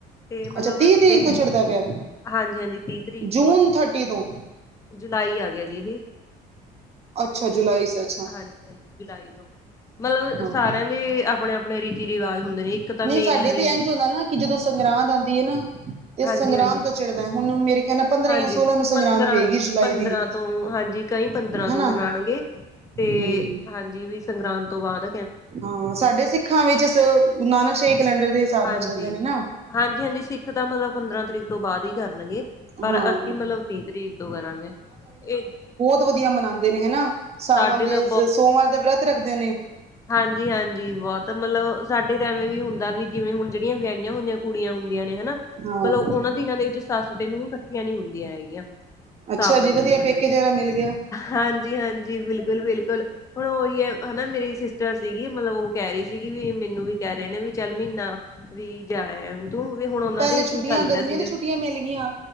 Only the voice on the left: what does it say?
ਤੇ ਮਤਲਬ
ਏਦੇ
ਚ
ਹਾਂਜੀ, ਹਾਂਜੀ ਤੀਹ ਤਰੀਕ
ਤੋਂ ਏ।
ਜੁਲਾਈ ਆ ਗਿਆ ਜੀ ਦੇ।
ਹਾਂਜੀ ਹਾਂਜੀ, ਜੁਲਾਈ ਤੋਂ। ਮਤਲਬ
ਸਾਰਿਆਂ ਦੇ ਆਪਣੇ-ਆਪਣੇ ਰੀਤੀ ਰਿਵਾਜ ਹੁੰਦੇ ਨੇ। ਤਾਂ
ਮੇਨ
ਐਵੇਂ
ਹਾਂਜੀ
ਹਾਂਜੀ
ਹਾਂਜੀ
ਪੰਦਰਾਂ
ਪੰਦਰਾਂ
ਤੋਂ ਹਾਂਜੀ ਕਈ ਪੰਦਰਾਂ ਤੋਂ
ਮਨਾਣਗੇ ਤੇ
ਹਾਂਜੀ ਵੀ ਸੰਗਰਾਂਦ ਤੋਂ ਬਾਦ।
ਹਾਂਜੀ,
ਹਾਂਜੀ, ਹਾਂਜੀ ਸਿੱਖ ਤਾਂ ਮਤਲਬ ਪੰਦਰਾਂ ਤਰੀਕ ਤੋਂ ਬਾਅਦ ਈ ਕਰਨਗੇ। ਪਰ
ਅਸੀਂ ਮਤਲਬ ਤੀਹ ਤਰੀਕ ਤੋਂ ਕਰਾਂਗੇ। ਏ
ਸਾਡੇ
ਤਾਂ
ਹਾਂਜੀ-ਹਾਂਜੀ, ਬੋਤ ਮਤਲਬ ਸਾਡੇ ਤੇ ਐਵੇਂ ਵੀ ਹੁੰਦਾ ਵੀ ਜਿਵੇਂ ਹੁਣ ਜਿਹੜੀਆਂ ਵਿਆਹੀਆਂ ਹੋਈਆਂ ਕੁੜੀਆਂ ਹੁੰਦੀਆਂ ਨੇ ਹਨਾਂ,
ਮਤਲਬ ਓਨਾਂ ਦਿਨਾਂ ਦੇ ਵਿੱਚ ਸੱਸ ਤੇ ਨੂੰਹ ਕੱਠੀਆਂ ਨੀਂ ਹੁੰਦੀਆਂ ਹੈਗੀਆਂ।
ਸਾਵਣ
ਦੇ ਦਿਨਾਂ
ਦੇ,
ਹਾਂਜੀ-ਹਾਂਜੀ, ਬਿਲਕੁਲ-ਬਿਲਕੁਲ। ਹੁਣ ਓਹੀ ਐ ਹਨਾਂ, ਮੇਰੀ ਸਿਸਟਰ ਸੀਗੀ, ਮਤਲਬ ਓ ਕੈ ਰੀ ਸੀਗੀ ਵੀ ਮੈਨੂੰ ਵੀ ਕੈ ਰੇ ਨੇ ਵੀ ਚੱਲ ਮੀਂਨਾ ਵੀ ਜਾਇਆ ਤੂੰ ਵੀ ਹੁਣ। ਉਹਨਾਂ
ਦੇ ਵਿੱਚ
ਵੀ ਚੱਲ ਰਿਹਾ
ਸੀਗਾ